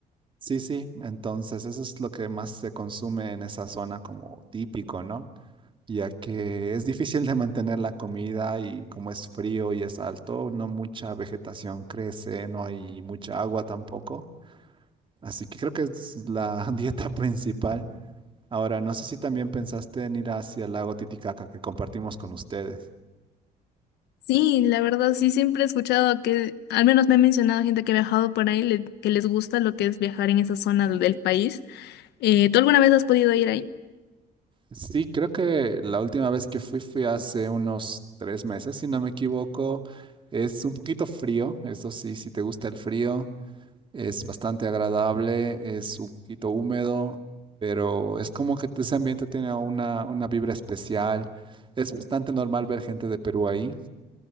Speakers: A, on the right; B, on the left.
A: Sí, sí, entonces eso es lo que más se consume en esa zona como típico, ¿no? Ya que es difícil de mantener la comida y como es frío y es alto, no mucha vegetación crece, no hay mucha agua tampoco. Así que creo que es la <laughs> dieta principal. Ahora, no sé si también pensaste en ir hacia el lago Titicaca que compartimos con ustedes.
B: Sí, la verdad, sí, siempre he escuchado que, al menos me ha mencionado gente que ha viajado por ahí, le- que les gusta lo que es viajar en esa zona del país. Eh, ¿tú alguna vez has podido ir ahí?
A: Sí, creo que la última vez que fui fui hace unos tres meses, si no me equivoco. Es un poquito frío, eso sí, si te gusta el frío, es bastante agradable, es un poquito húmedo, pero es como que ese ambiente tiene una, una vibra especial. Es bastante normal ver gente de Perú ahí,